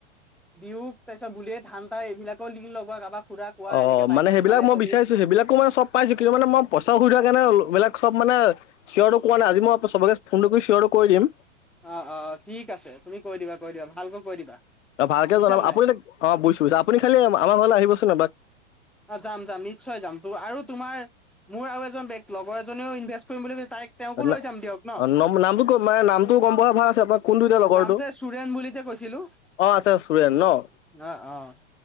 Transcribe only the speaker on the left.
অ,
মানে
সেইবিলাক
মই
বিচাৰিছো সেইবিলাকো মানে চব পাইছো কিন্তু মানে মই পইচা অসুবিধা থোৱা কাৰণেবিলাক চব মানে। চিঞৰটো কোৱা নাই আজি মই চবকে ফোনটো কৰি চিঞৰটো কৰি দিম।
অ, ভালকে
জনাব
আপুনি এ অ বুইছো আপুনি খালি আমাৰ ঘৰলৈ আহিব চোনবাক।
না
নামটো মানে নামটো গম পোৱা ভাল আছে আপোনাৰ কোনটো এতিয়া লগৰটো
অ' আচ্ছা চুৰেন ন?